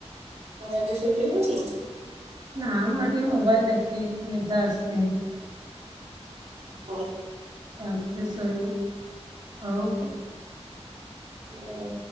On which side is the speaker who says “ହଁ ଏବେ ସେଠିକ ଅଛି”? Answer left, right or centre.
Right